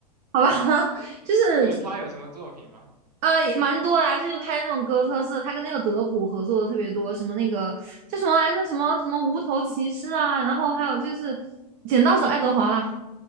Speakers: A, on the right (about 35°); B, on the right (about 75°).
A: 好吧，<laughs> 就是就
B: <laughs> 就是它有什么作品吗？
A: 啊、也蛮多的啊，就是拍那种哥特式，他跟那个德普合作的特别多，什么那个叫什么来着，什么什么无头骑士啊，然后还有就是《剪刀手爱德华》啦。